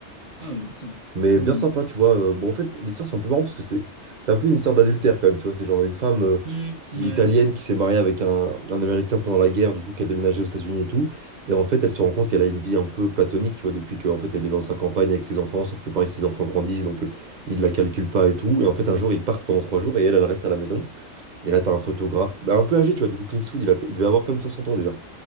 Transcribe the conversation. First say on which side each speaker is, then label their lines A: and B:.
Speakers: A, on the right; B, on the right.
A: Ah oui, putain,
B: Mais
A: quand
B: bien
A: même.
B: sympa, tu vois. euh, Bon, en fait, l'histoire, c'est un peu marrant parce que c'est c'est un peu une histoire d'adultère quand même, tu vois. C'est genre une femme euh,
A: Hmm,
B: qui,
A: ouais.
B: italienne qui s'est mariée avec un, un Américain pendant la guerre, du coup, qui a déménagé aux États-Unis et tout. Et en fait, elle se rend compte qu'elle a une vie un peu platonique, tu vois, depuis qu'en fait, elle est dans sa campagne avec ses enfants, sauf que pareil, ses enfants grandissent, donc euh, il la calcule pas et tout. Et en fait, un jour, ils partent pendant trois jours et elle, elle reste à la maison. Et là, t'as un photographe, bah, un peu âgé, tu vois, du coup, Clint Eastwood, il, a- il devait avoir comme 60 ans déjà